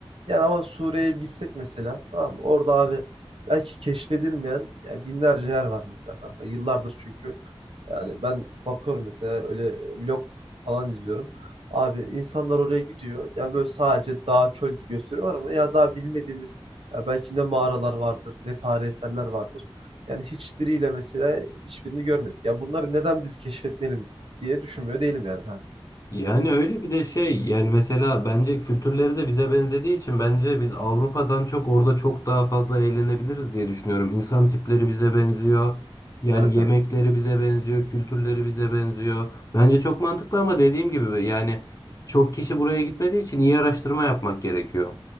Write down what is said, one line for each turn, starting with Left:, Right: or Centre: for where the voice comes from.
Right: Yani ama Suriye'ye bir gitsek mesela tamam mı? Orada abi belki keşfedilmeyen ya binlerce yer var mesela kanka. Yıllardır çünkü Yani ben bakıyorum mesela öyle e, vlog falan izliyorum. Abi insanlar oraya gidiyor. Yani böyle sadece dağ çöl gibi gösteriyorlar ama ya daha bilmediğimiz ya belki ne mağaralar vardır, ne tarihi eserler vardır. Yani hiçbiriyle mesela hiçbirini görmedik. Ya bunları neden biz keşfetmeyelim diye düşünmüyor değilim yani. Ha.
Left: Yani öyle bir de şey yani mesela bence kültürleri de bize benzediği için bence biz Avrupa'dan çok orada çok daha fazla eğlenebiliriz diye düşünüyorum. İnsan tipleri bize benziyor. Yani
Right: Evet
Left: yemekleri
Right: evet.
Left: bize benziyor, kültürleri bize benziyor. Bence çok mantıklı ama dediğim gibi yani çok kişi buraya gitmediği için iyi araştırma yapmak gerekiyor.